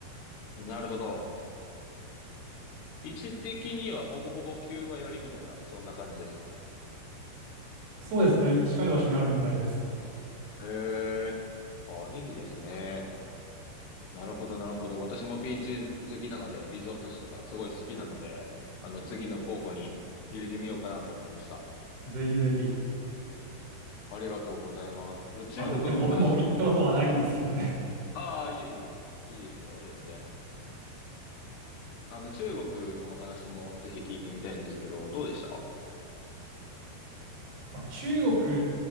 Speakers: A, on the left (about 75°); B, on the right (about 80°).
A: なるほど。位置的にはほぼほぼキューバ寄りみたいな、そんな感じですか
B: そうですね、近い場所にあるみたいです。
A: へえ。あ、いいですね。なるほど、なるほど。私もビーチ好きなので、リゾート地とかすごい好きなので、あの、次の候補に入れてみようかなと思いました。
B: ぜひぜひ。
A: ありがとうございます。えっと中国のお話も、
B: まあ、といっても僕も行ったことはないんですけどね。
A: ああ、いえいえ、いいですよ、全然。あの、中国のお話もぜひ聞いてみたいんですけど、どうでした
B: <laughs> まあ、中国っ